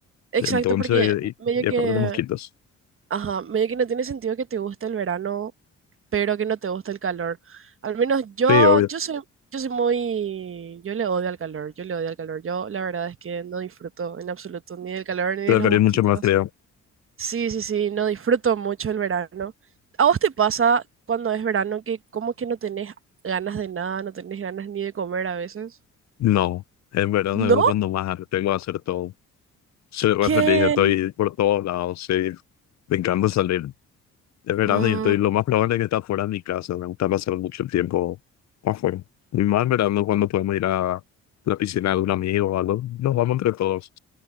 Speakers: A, on the right; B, on the left.
A: exacto,
B: Entonces,
A: porque
B: y,
A: medio
B: y
A: que,
B: aparte los mosquitos.
A: ajá, medio que no tiene sentido que te guste el verano pero que no te gusta el calor. Al menos yo,
B: Sí, obvio,
A: yo soy, yo soy muy, yo le odio al calor, yo le odio al calor. Yo la verdad es que no disfruto en absoluto ni del calor ni de
B: preferir
A: los mosquitos.
B: mucho más frío.
A: Sí, sí, sí, no disfruto mucho el verano. ¿A vos te pasa cuando es verano que como que no tenés ganas de nada, no tenés ganas ni de comer a veces?
B: No, en verano
A: ¿No?
B: es cuando más tengo que hacer todo. Soy re
A: Que...
B: feliz, estoy por todos lados, sí. Me encanta salir. Es verano
A: mm,
B: y estoy lo más probable es que está fuera de mi casa. Me gusta pasar mucho el tiempo afuera. Y más en verano cuando podemos ir a la piscina de un amigo o algo. Nos vamos entre todos.